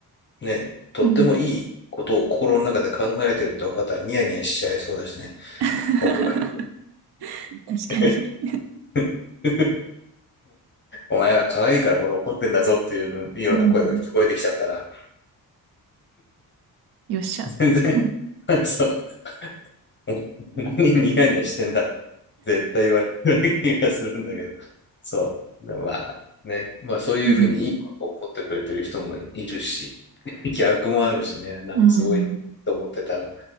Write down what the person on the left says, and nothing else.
ね、とってもいいことを心の中で考えてるって分かったらニヤニヤしちゃいそうだしね、
怒られ
て。<laughs> お前は可愛いからこれ怒ってんだぞっていうような声が聞こえてきちゃったら、
全然、<laughs> そう、<laughs> 何ニヤニヤしてんだって、絶対言われてる気がするんだけど。そう。でまあね、まあそういうふうにいいことを思ってくれてる人もいるし、
<laughs> 逆もあるしね、なんかすごいと思ってたら、